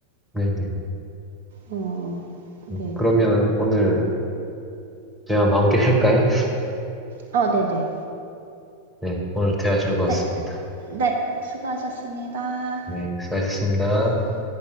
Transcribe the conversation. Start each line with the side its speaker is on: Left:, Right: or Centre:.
Centre: 네, 네.
Right: 어,
Centre: 음,
Right: 네.
Centre: 그러면 오늘 대화 마무리할까요?
Right: 아, 네네. 네,
Centre: 네, 오늘 대화 즐거웠습니다.
Right: 네. 네. 수고하셨습니다.
Centre: 네, 수고하셨습니다.
Right: 네.